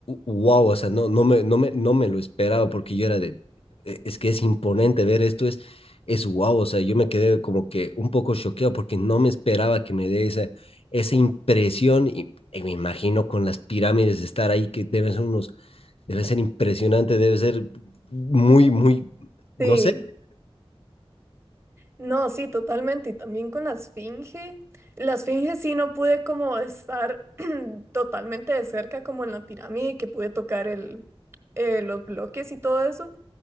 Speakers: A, on the left; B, on the right.
A: wow, o sea, no, no me, no me, no me lo esperaba porque yo era de, "E- es que es imponente ver esto, es, es wow, o sea, yo me quedé como que un poco choqueado porque no me esperaba que me dé esa, esa impresión y, y me imagino con las pirámides estar ahí que deben ser unos Debe ser impresionante, debe ser muy, muy, no
B: Sí.
A: sé.
B: No, sí, totalmente. Y también con la esfinge. La esfinge sí no pude como estar <clears throat> totalmente de cerca como en la pirámide, que pude tocar el, eh, los bloques y todo eso.